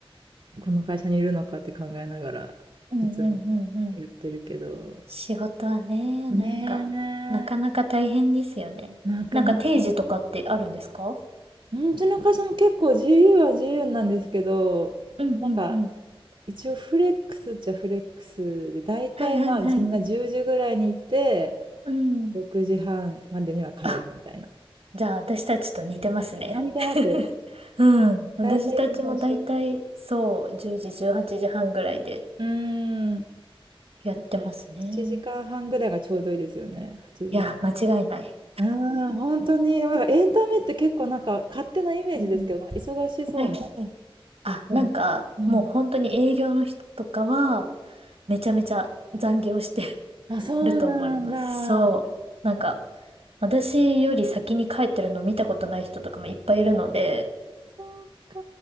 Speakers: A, on the right; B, on the right.
A: この会社にいるのかって考えながら、
B: うんうんうんうん。
A: いつもやってるけど。
B: 仕事はね、なんか、
A: ね
B: なかなか大変ですよね。
A: え、なかなか。
B: なんか定時とかってあるんですか
A: うん、うちの会社も結構自由は自由なんですけど、
B: うんうんうん。
A: なんか一応フレックスっちゃフレックスで、大体まあみんな10時ぐらいに行って、
B: はいはいはい。うん。
A: 6時半までには帰るみたいな。
B: あじゃあ、私たちと似てますね。
A: あ、見てます
B: <laughs> うん。私たちもだいたい、
A: 大体みんな一緒。
B: そう、10時、18時半ぐらいで
A: うーん。だから7時間半ぐらいがちょうどいいですよね。
B: やってますね。
A: 8時
B: いや、間違いない。
A: うーん、本当に。でもなんかエンタメって結構なんか勝手なイメージですけど、
B: うんうん。
A: なんか忙しそうな
B: はいはい。あ、
A: 感じ。
B: なんか、
A: うん。
B: もう本当に営業の人とかは、めちゃめちゃ残業して <laughs>
A: あ、そうなんだ。
B: ると思います。そう。なんか、私より先に帰ってるの見たことない人とかもいっぱいいるので、
A: そうか。